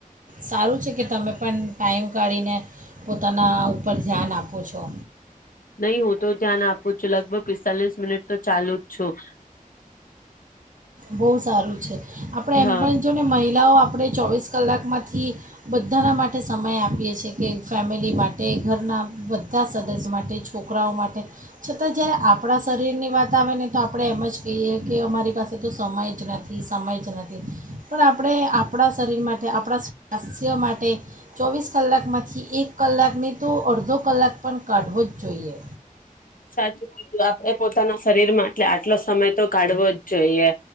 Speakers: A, on the right (about 65°); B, on the left (about 70°).
A: સારું છે કે તમે પણ ટાઈમ કાઢીને પોતાના ઉપર ધ્યાન આપો છો.
B: નહી હું તો ધ્યાન આપું છું લગભગ પિસ્તાલીસ મિનિટ તો ચાલુ જ છું.
A: બહુ સારું છે આપણે
B: હ
A: એમ પણ જોને મહિલાઓ આપ આપણે ચોવીસ કલાકમાંથી બધાના માટે સમય આપીએ છીએ કે ફેમિલી માટે ઘરના બધા સદસ્ય માટે છોકરાઓ માટે છતાં જ્યારે આપણા શરીરની વાત આવે ને તો આપણે એમ જ કહીએ કે અમારી પાસે તે તો સમય જ નથી સમય જ નથી પણ આપણે આપ પણા શરીર માટે આપણા સ્વાસ્થ્યો માટે ચોવીસ કલાકમાંથી એક કલાકને તો અડધો કલાક પણ કાઢવો જ જોઈએ.
B: સાચ કવા એ પોતાના શરીર માં એટલે આ એટલો સમય તો કાઢવો જ જોઈએ